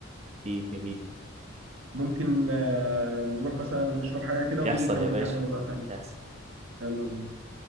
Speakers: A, on the right; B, on the right.
A: جميل جميل
B: ممكن آه، نروح مثلا نشرب حاجه كده
A: يحصل
B: ونيجي نكمل
A: يا باشا
B: كلام مره تانيه
A: يحصل
B: يلا بينا